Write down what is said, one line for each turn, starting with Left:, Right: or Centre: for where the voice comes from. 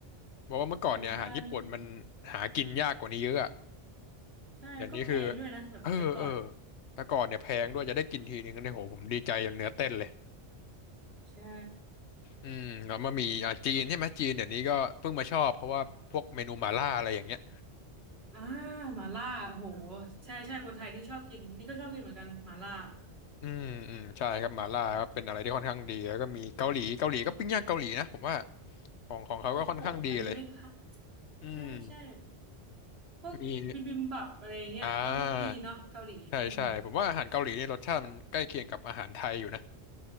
Left: บอกว่าเมื่อก่อนเนี่ยอาหารญี่ปุ่นมัน
Right: เหมือนกัน
Left: หากินยากกว่านี้เยอะอะ
Right: ใช่แล้วก็แพงด้วยนะแบบแต่ก่อน
Left: เดี๋ยวนี้คือเออเออแต่ก่อนเนี่ยแพงด้วยจะได้กินทีนึงเนี่ยโหผมดีใจจนเนื้อเต้นเลย
Right: ใช่
Left: อืมแล้วมามีอ่าจีนใช่ไหมจีนเดี๋ยวนี้ก็เพิ่งมาชอบเพราะว่าพวกเมนูหม่าล่าอะไรอย่างเงี้ย
Right: อ่าหมาล่าโอ้โหใช่ใช่คนไทยนี่ชอบกินนี่ก็ชอบกินเหมือนกันหมาล่า
Left: อืมอืมใช่ครับหม่าล่าก็เป็นอะไรที่ค่อนข้างดีแล้วก็มีเกาหลีเกาหลีก็ปิ้งย่างเกาหลีนะผมว่าของของเขาก็ค่อนข้างดีเลย
Right: โอ้โหอันนี้ไม่พลาด
Left: อืม
Right: ใช่ใช่พวกบิมบิมบับอะไรเงี้ยต๊อกบกกีเนาะเกาหลีอืม
Left: มีอ่าใช่ใช่ผมว่าอาหารเกาหลีเนี่ยรสชาติมันใกล้เคียงกับอาหารไทยอยู่นะ